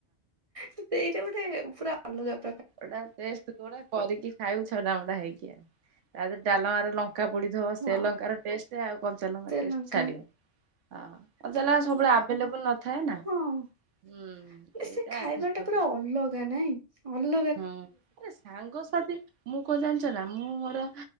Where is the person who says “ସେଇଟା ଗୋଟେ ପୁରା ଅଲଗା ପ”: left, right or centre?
Right